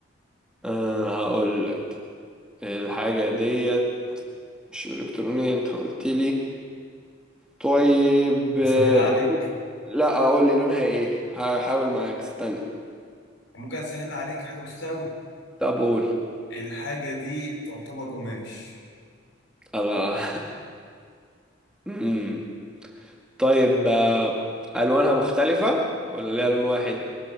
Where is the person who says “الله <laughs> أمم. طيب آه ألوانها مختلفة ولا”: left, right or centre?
Centre